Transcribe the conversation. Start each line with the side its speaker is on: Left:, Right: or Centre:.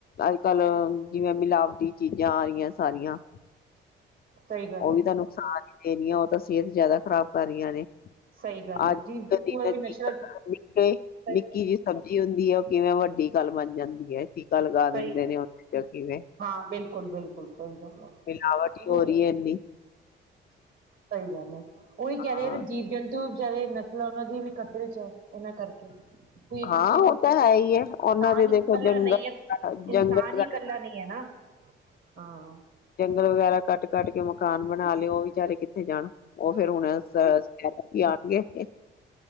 Left: ਅੱਜ ਕੱਲ੍ਹ ਜਿਵੇਂ ਮਿਲਾਵਟੀ ਚੀਜ਼ਾਂ ਆ ਰਹੀਆਂ ਸਾਰੀਆਂ
Right: ਸਹੀ ਗੱਲ
Left: ਉਹ
Right: ਹੈ
Left: ਵੀ ਤਾਂ ਨੁਕਸਾਨ ਹੀ ਦੇਣੀੀਆਂ ਉਹ ਤਾਂ ਸਿਹਤ ਜ਼ਿਆਦਾ ਖ਼ਰਾਬ ਕਰ ਰਹੀਆਂ ਨੇ
Right: ਸਹੀ ਗੱਲ ਹੈ
Left: ਅੱਜ
Right: ਜੀਵ ਜੰਤੂ
Left: ਕਦੀ ਨਜ਼ਦੀਕ
Right: ਵੀ ਨਸ਼ਰ ਚ
Left: ਨਿੱਕੇ
Right: ਸਹੀ
Left: ਨਿੱਕੀ
Right: ਗੱਲ
Left: ਜਿਹੀ ਸਬਜ਼ੀ ਹੁੰਦੀ ਹੈ ਉਹ ਕਿਵੇਂ ਵੱਡੀ ਗੱਲ ਬਣ ਜਾਂਦੀ ਹੈ ਟੀਕਾ ਲਗਾ ਦਿੰਦੇ
Right: ਸਹੀ
Left: ਨੇ ਉਹਦੇ ਚ ਕਿਵੇਂ
Right: ਹਾਂ ਬਿਲਕੁਲ ਬਿਲਕੁਲ ਸਹੀ ਗੱਲ ਹੈ
Left: ਮਿਲਾਵਟ ਹੀ
Right: ਉਹ
Left: ਹੋ ਰਹੀ ਹੈ <inaudible>
Right: ਸਹੀ ਗੱਲ ਹੈ ਉਹੀ ਕਹਿ ਰਹੇ
Left: ਹਾਂ
Right: ਜੀਵ ਜੰਤੂ ਨਸਲਾਂ ਉਹਨਾਂ ਦੀ ਵੀ ਖ਼ਤਰੇ ਚ ਹੈ ਇਹਨਾਂ ਕਰਕੇ ਕੋਈ ਇੱਕ
Left: ਹਾਂ
Right: ਚੀਜ਼
Left: ਉਹ ਤਾਂ ਹੈ ਹੀ ਹੈ ਉਹਨਾਂ
Right: ਇਨਸਾਨ
Left: ਦੇ
Right: ਹੀ
Left: ਦੇਖੋ
Right: ਇਕੱਲਾ
Left: ਜੰਗਲ
Right: ਨਹੀਂ ਹੈ ਇਨਸਾਨ
Left: ਜੰਗਲ
Right: ਹੀ
Left: ਵਗੈਰਾ
Right: ਇਕੱਲਾ ਨਹੀਂ ਹੈ ਨਾ ਹਾਂ
Left: ਜੰਗਲ ਵਗੈਰਾ ਕੱਟ ਕੇ ਕੱਢ ਕੇ ਮਕਾਨ ਬਣਾ ਲਏ ਉਹ ਵੀ ਜਾਰੇ ਕਿੱਥੇ ਜਾਣਾ ਉਹ ਫੇਰ ਹੁਣ ਅ ਕਹਿ <unintelligible>